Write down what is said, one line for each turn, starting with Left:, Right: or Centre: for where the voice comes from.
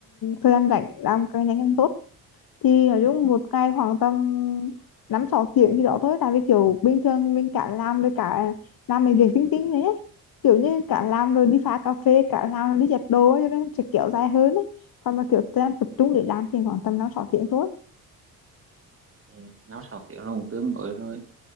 Left: thời gian rảnh làm càng nhanh càng tốt thì nói chung một ngày khoảng tầm năm sáu tiếng thì đó thôi tại vì kiểu bình thường mình cả làm rồi cả làm mấy việc tính tính đấy ấy. kiểu như cả làm rồi đi pha cà phê cả làm rồi đi giặt đồ ấy, cho nên sẽ kiểu dài hơn ấy còn mà kiểu đang tập trung để làm thì khoảng tầm năm sáu tiếng thôi
Right: Ừ. năm sáu tiếng là cũng tương đối rồi